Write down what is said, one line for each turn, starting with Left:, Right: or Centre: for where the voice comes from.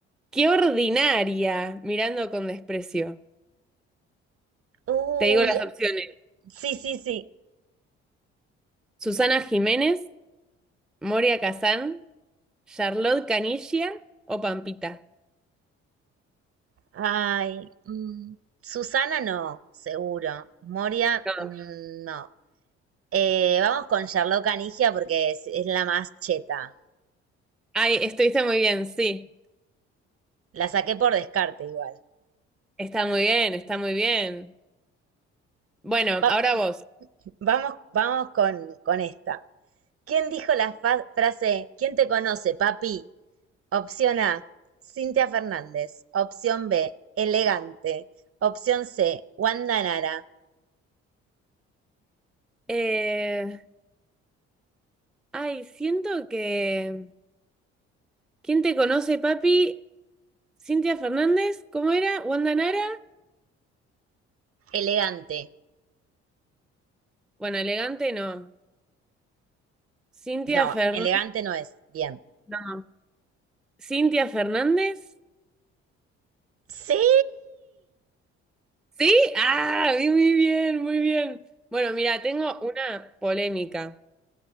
Centre: qué ordinaria, mirando con desprecio.
Right: Uy,
Centre: Te digo las opciones.
Right: sí, sí, sí.
Centre: Susana Jiménez, Moria Kazán, Charlotte Canilla o Pampita.
Right: Ay, mm, Susana no, seguro. Moria,
Centre: No.
Right: mm, no. Eh, vamos con Charlotte Canigia porque es, es la más cheta.
Centre: Ay, estuviste muy bien, sí.
Right: La saqué por descarte igual.
Centre: Está muy bien, está muy bien. Bueno,
Right: Va-
Centre: ahora vos.
Right: vamos, vamos con, con esta. ¿Quién dijo la frase ¿Quién te conoce, papi? Opción A, Cintia Fernández. Opción B, elegante. Opción C, Wanda Nara.
Centre: Eh, ay, siento que... ¿Quién te conoce, papi? Cintia Fernández, ¿cómo era? ¿Wanda Nara?
Right: Elegante.
Centre: Bueno, elegante no. Cintia
Right: No,
Centre: Fer-
Right: elegante no es. Bien.
Centre: No. Cintia Fernández.
Right: Sí.
Centre: ¿Sí? Ah, bien, muy bien, muy bien. Bueno, mira, tengo una polémica